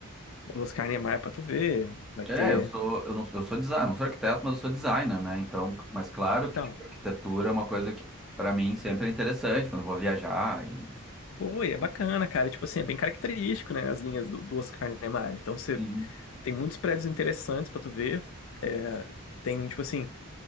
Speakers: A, on the left (about 60°); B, in the centre.
A: do Oscar Niemeyer pra tu ver. Vai
B: É,
A: ter
B: eu sou, eu não, eu sou designer, não sou arquiteto, mas eu sou designer, né? Então, mas claro
A: Então,
B: que, tipo, arquitetura é uma coisa que pra mim sempre é interessante quando eu vou viajar e
A: pô, e
B: bom,
A: é bacana, cara, tipo assim, é bem característico, né, as linhas do, do Oscar Niemeyer. Então, você
B: sim.
A: tem muitos prédios interessantes pra tu ver. É, tem tipo assim,